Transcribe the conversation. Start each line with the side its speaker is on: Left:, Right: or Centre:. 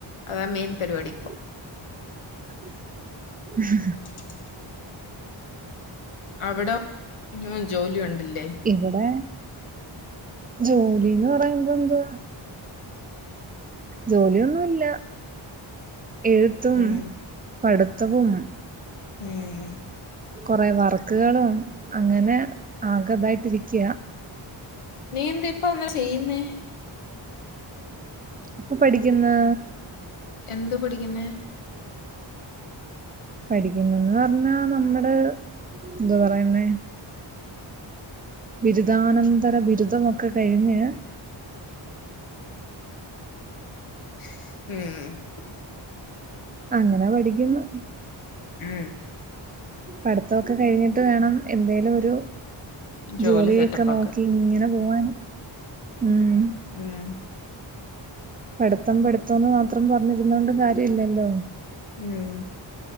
Left: അത മെയ്ൻ പരിപാടി പ്പം.
Right: <inaudible>
Left: <inaudible> അവിടെ ജോലിയുണ്ടില്ലേ?
Right: ഇവിടെ ജോലീന്ന് പറയുമ്പോ എന്തുവാ ജോലിയൊന്നുല്ല എഴുത്തും
Left: ഉം
Right: പഠിത്തവും
Left: ഉം
Right: കൊറെ വർക്കുകളും അങ്ങനെ ആകതായിട്ടിരിക്ക
Left: നീ എന്താ ഇപ്പാ ങ്ങനെ ചെയ്യുന്നേ
Right: ഇപ്പ പഠിക്ക്ന്ന്
Left: എന്ത് പഠിക്കുന്നെ?
Right: പഠിക്കുന്നൂന്ന് പറഞ്ഞാ നമ്മുടെ എന്താ പറയുന്നെ ബിരുദാനന്തര ബിരുദമൊക്കെ കഴിഞ്ഞ്
Left: ഉം
Right: അങ്ങനാ പഠിക്കുന്ന്
Left: ഉം
Right: പഠിത്തമൊക്കെ കഴിഞ്ഞിട്ട് വേണം എന്തേലും ഒരു
Left: ജോലി
Right: ജോലിയൊക്കെ
Left: സെറ്റപ്പ്
Right: നോക്കി
Left: ആക്കാൻ
Right: ഇങ്ങനെ പോവാൻ ഉം
Left: ഉം
Right: പഠിത്തം പഠിത്തംന്ന് മാത്രം പറഞ്ഞിരുന്നോണ്ട് കാര്യല്ലല്ലോ
Left: ഉം